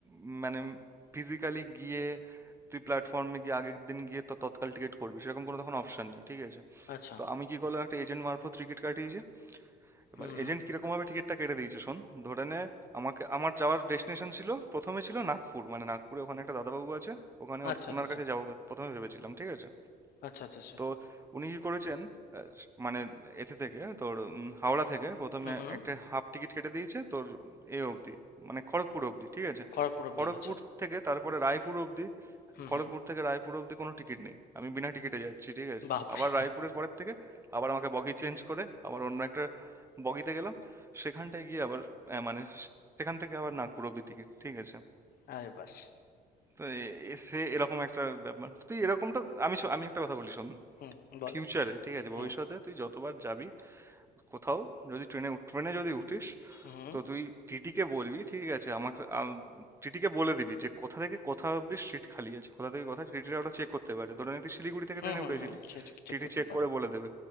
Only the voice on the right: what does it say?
উম মানে ফিজিক্যালি গিয়ে তুই প্ল্যাটফর্মে গিয়ে আগের দিন গিয়ে তো তৎকাল টিকিট করবি সেরকম কোনো তখন অপশন নেই ঠিক আছে
তো আমি কি করলাম একটা এজেন্ট মারফত টিকিট কাটিয়েছি এবার
এজেন্ট কিরকম ভাবে টিকিটটা কেটে দিয়েছে শোন ধরে নে আমাকে আমার যাওয়ার ডেস্টিনেশন ছিল প্রথমে ছিল নাগপুর মানে নাগপুরে ওখানে একটা দাদাবাবু আছে ওখানে ওর-
ওনার
কাছে যাবো প্রথমে ভেবেছিলাম ঠিক আছে
তো উনি কি করেছেন আহ, মানে এতে থেকে তোর উম, হাওড়া থেকে প্রথমে
একটা হাফ টিকিট কেটে দিয়েছে তোর এ অবধি মানে খড়গপুর অবধি ঠিক আছে
খড়গপুর
থেকে তারপরে রায়পুর অবধি
খড়গপুর
থেকে রায়পুর অব্দি কোনো টিকিট নেই আমি বিনা টিকিটে যাচ্ছি ঠিক আছে
আবার রায়পুরের পরের থেকে আবার আমাকে বগি চেঞ্জ করে আবার অন্য একটা বগিতে গেলাম সেখানটায় গিয়ে আবার আহ, মানে সেখান থেকে আবার নাগপুর অব্দি টিকিট ঠিক আছে
তো এ- এ- সে এরকম একটা ব্যাপার তুই এরকমটা আমি শো- আমি একটা কথা বলি শোন
ফিউচারে ঠিক আছে
ভবিষ্যতে তুই যতবার যাবি কোথাও যদি ট্রেনে ট্রেনে যদি উঠিস
তো তুই টিটিকে বলবি ঠিক আছে আমাকে আম- টিটিকে বলে দিবি যে কোথা থেকে কোথা অব্দি সিট খালি আছে কোথা থেকে কোথা টিটিরা ওটা চেক করতে পারে ধরে নে তুই শিলিগুড়ি থেকে
ট্রেনে
উঠেছিলি
টিটি
চেক
করে বলে দেবে